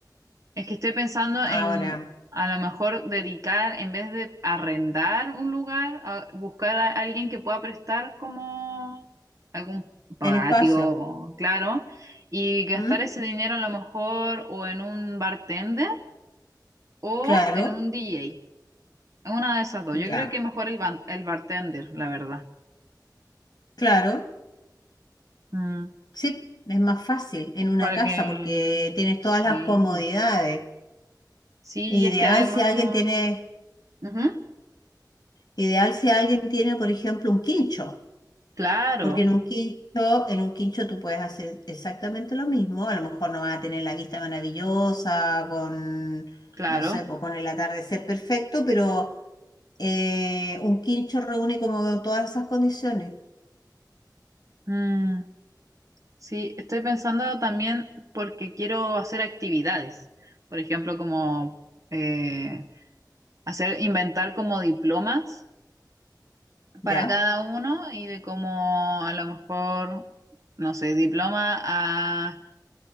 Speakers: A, on the right; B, on the left.
A: Es que estoy pensando en
B: Ahora,
A: a lo mejor dedicar, en vez de arrendar un lugar, a buscar a alguien que pueda prestar como algún patio,
B: el espacio.
A: claro, y gastar
B: ¿m?
A: ese dinero a lo mejor o en un bartender o
B: Claro,
A: en un DJ. En una de esas dos. Yo
B: ya,
A: creo que mejor el, ban- el bartender, la verdad.
B: claro.
A: Mm,
B: Sí, es más fácil en una
A: para
B: casa
A: que...
B: porque tienes
A: Sí.
B: todas las comodidades.
A: Sí,
B: Ideal
A: es que además...
B: si alguien tiene,
A: Ujú,
B: ideal si alguien tiene, por ejemplo, un quincho,
A: Claro,
B: porque en un quincho, en un quincho tú puedes hacer exactamente lo mismo. A lo mejor no vas a tener la vista maravillosa con,
A: claro.
B: no sé, pues con el atardecer perfecto, pero eh, un quincho reúne como todas esas condiciones.
A: Mm. Sí, estoy pensando también porque quiero hacer actividades, por ejemplo, como eh, hacer, inventar como diplomas
B: Ya,
A: para cada uno y de como a lo mejor, no sé, diploma a,